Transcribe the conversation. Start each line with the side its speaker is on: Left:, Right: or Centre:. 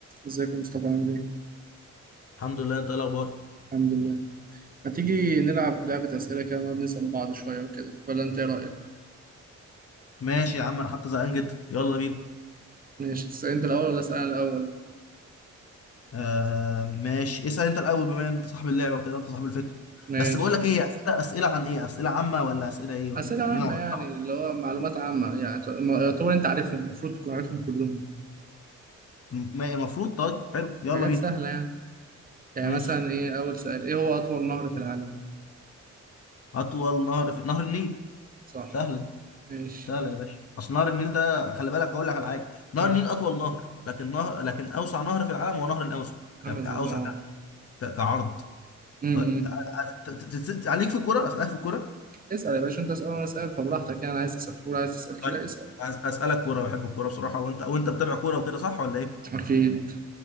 Right: ازيك يا مصطفى عامل ايه؟
Left: الحمد لله انت ايه الاخبار
Right: الحمد لله هتيجي نلعب لعبة أسئلة كده نقعد نسأل بعض شوية وكده ولا أنت إيه رأيك؟
Left: ماشي يا عم انا حتى زهقان جدا يلا بينا
Right: ماشي تسأل أنت الأول ولا أسأل أنا الأول؟
Left: آه ماشي اسأل انت الاول بما ان انت صاحب اللعبة وكده انت صاحب الفكرة
Right: ماشي
Left: بس بقول لك ايه اسئلة اسئلة عن ايه اسئلة عامة ولا اسئلة ايه ولا
Right: أسئلة
Left: يعني
Right: عامة
Left: ايه نوع
Right: يعني
Left: نوع
Right: اللي هو معلومات عامة يعني ت- ما- يعتبر أنت عارفهم المفروض تكون عارفهم كلهم
Left: م- ما- المفروض طيب حلو يلا
Right: حاجات
Left: بينا
Right: سهلة يعني يعني
Left: ماشي
Right: مثلا إيه أول سؤال إيه هو أطول نهر في العالم؟
Left: اطول نهر في نهر النيل
Right: صح
Left: سهلة دي
Right: ماشي
Left: سهلة يا باشا اصل نهر النيل ده خلي بالك اقول لك على حاجة نهر
Right: مم.
Left: النيل اطول نهر لكن نهر لكن اوسع نهر في العالم هو نهر الامازون
Right: أمازون
Left: يعني اوسع
Right: أه
Left: ك- كعرض
Right: مم،
Left: طيب
Right: مم.
Left: تع- ت- ت- ت- ت- عليك في الكورة اسالك في الكورة
Right: اسأل يا باشا أنت اسأل وأنا أسأل فبراحتك يعني عايز تسأل كورة عايز تسأل كده
Left: طيب
Right: اسأل
Left: أس- اسالك كوره بحب الكوره بصراحه وانت وانت بتابع كوره وكده صح ولا ايه
Right: أكيد